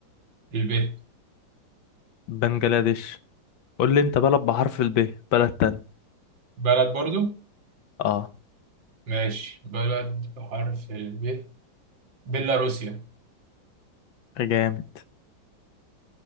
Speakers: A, on the right; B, on the left.
A: الب
B: بنجلاديش قول لي أنت بلد بحرف ال ب بلد تاني
A: بلد برضو
B: آه
A: ماشي بلد بحرف الب بيلاروسيا
B: جامد